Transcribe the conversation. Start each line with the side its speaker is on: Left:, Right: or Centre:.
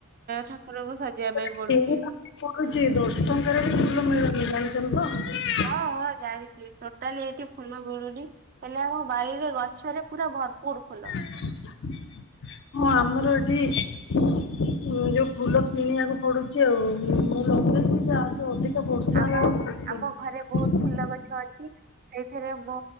Right: ଠାକୁରଙ୍କୁ ସଜେଇବା ପାଇଁ
Left: ଆଣି
Right: ପଡୁଚି।
Left: <inaudible>
Right: ହଁ ହଁ ଜାଣିଚି, ଟୋଟାଲି ଏ--ଠି ଫୁଲ ମିଳୁନି। ହେଲେ ଆମ ବାଡ଼ିରେ ଗଛରେ ପୁରା ଭର୍ପୁର୍ ଫୁଲ।
Left: <inaudible> <inaudible> <inaudible>
Right: ଆମ ଆମ ଘରେ <inaudible> ସେଇଥିରେ ମୋ